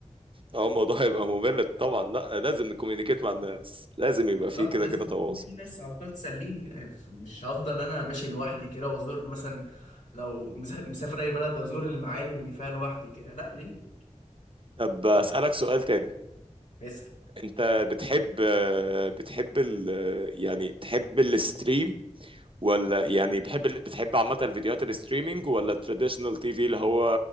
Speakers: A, on the right; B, on the left.
A: اه الموضوع <laughs> هيبقى ممل طبعا لا لازم نكوميونيكيت مع الناس لازم يبقى
B: بالظبط
A: فيه كده
B: لازم
A: كده
B: يكون
A: تواصل
B: في ناس على الأقل تسليني يعني مش هفضل أنا ماشي لوحدي كده وأزور مثلا لو مسا- مسافر أي بلد أزور المعالم اللي فيها لوحدي كده لا ليه؟
A: طب اسالك سؤال تاني
B: اسأل
A: انت بتحب بتحب ال يعني تحب الستريم ولا يعني بتحب بتحب عامة الفيديوهات الستريمينج ولا التراديشنال تي في اللي هو